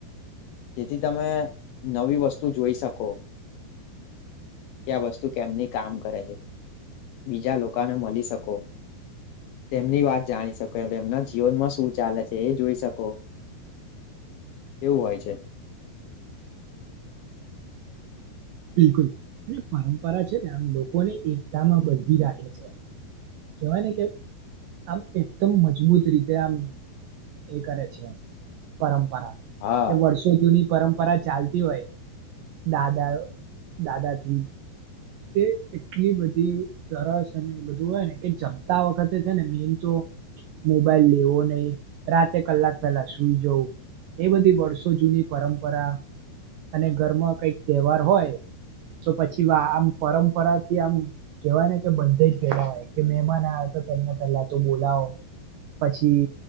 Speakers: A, on the left; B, on the right.
A: જેથી તમે નવી વસ્તુ જોઈ શકો કે આ વસ્તુ કેમની કામ કરે છે બીજા લોકોને મળી શકો તેમની વાત જાણી શકો તેમના જીવનમાં શું ચાલે છે એ જોઈ શકો એવું હોય છે
B: બિલકુલ અને પરંપરા છે ને આમ લોકોને એકતામાં બંધી રાખે છે કેહેવાય ને કે આમ એકદમ મજબૂત રીતે આમ એ કરે છે પરંપ
A: હા
B: કે વર્ષો જૂની પરંપરા ચાલતી હોય દાદાઓ દાદાજી્ કે એટલી બધી સરસ અને એ બધું હોય ને કે જમતા વખતે છે ને મેીન તો મોબાઈલ લેવો નહી રાતે કલાક પેલા સુઈ જવું. એ બધી વર્ષો જૂની પરંપરા અને ઘરમાં કઈક તહેવાર હોય તો પછી વા આમ પરંપરાથી આમ કેવાય ને કે બંધે જ ગલા હોય કે મહેમાન આ તો તેમને પેલા તો બોલા વો પછી